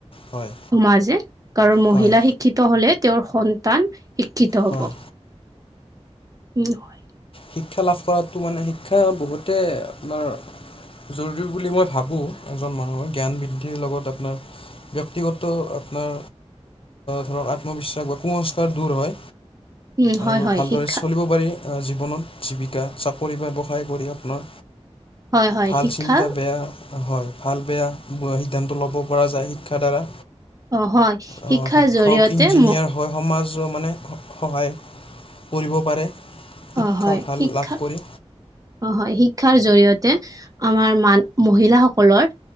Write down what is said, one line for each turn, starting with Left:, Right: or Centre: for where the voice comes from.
Left: হয়,
Right: সমাজে, কাৰণ মহিলা
Left: হয়,
Right: শিক্ষিত হ'লে তেওঁৰ সন্তান শিক্ষিত হ'ব
Left: হয়।
Right: উম। হয়
Left: শিক্ষা লাভ কৰাটো মানে শিক্ষা বহুতে আপোনাৰ জৰুৰী বুলি মই ভাবোঁ, এজন মানুহৰ জ্ঞান বৃদ্ধিৰ লগত আপোনাৰ ব্যক্তিগত আপোনাৰ ধৰক আত্মবিশ্বাস বা কুসস্কাৰ দূৰ হয়
Right: উম হয়
Left: আৰু
Right: হয়
Left: ভালদৰে
Right: শিক্ষা
Left: চলিব পাৰি। জীৱনত, জীৱিকা, চাকৰি ব্যৱসায় কৰি আপোনাৰ
Right: হয় হয়
Left: ভাল
Right: শিক্ষা
Left: চিন্তা, বেয়া হয়, ভাল বেয়া সিদ্ধান্ত ল'ব পৰা যায় শিক্ষাৰ দ্বাৰা।
Right: অ হয়
Left: অহ,
Right: শিক্ষাৰ
Left: শিক্ষক,
Right: জৰিয়তে
Left: ইঞ্জিনিয়াৰ
Right: ম
Left: হয়, সমাজো মানে, স-সহায় কৰিব পাৰে। শিক্ষা
Right: অহ, হয়।
Left: ভাল
Right: শিক্ষা
Left: লাভ কৰি
Right: অহ, হয়। শিক্ষাৰ জৰিয়তে আমাৰ মান-মহিলাসকলৰ